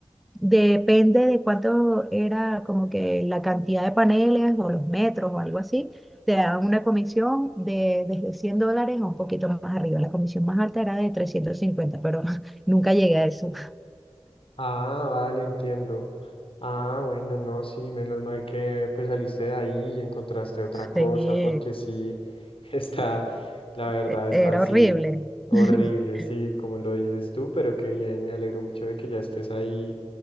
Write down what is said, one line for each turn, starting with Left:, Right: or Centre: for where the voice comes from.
Centre: depende de cuánto era como que la cantidad de paneles o los metros o algo así, te daban una comisión de desde 100 dólares a un poquito más arriba, la comisión más alta era de 350, pero <laughs> nunca llegué a eso. <laughs>
Left: Ah, vale, entiendo. Ah, bueno, no, sí, menos mal que pues saliste de ahí y encontraste otra cosa,
Centre: Sí.
Left: porque sí, <laughs> está, la verdad,
Centre: E-
Left: está
Centre: Era
Left: así
Centre: horrible.
Left: horrible,
Centre: <laughs>
Left: sí, como lo dices tú, pero qué bien, me alegro mucho de que ya estés ahí,